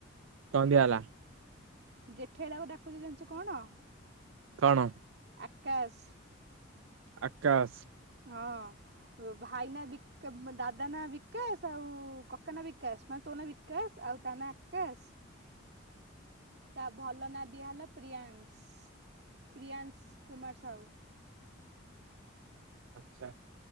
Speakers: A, on the right; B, on the right.
A: କଣ ଦିଆ ହେଲା?
B: ଜେଠେଇ ତାକୁ ଡାକୁଚି ଜାଣିଛୁ କଣ?
A: କଣ?
B: ଆକାଶ।
A: ଆକାଶ।
B: ହଁ। ଭାଇ ନା ବିକ ଦାଦା ନା ବିକାଶ ଆଉ କକା ନା ବିକାଶ ମାନେ ତୋ ନା ବି ବିକାସ ଆଉ ତାନା ଆକାସ। ତା ଭଲ ନାଁ ଦିଆହେଲା ପ୍ରିୟଂସ ପ୍ରିୟଂସ କୁମାର ସାହୁ।
A: ଆଚ୍ଛା।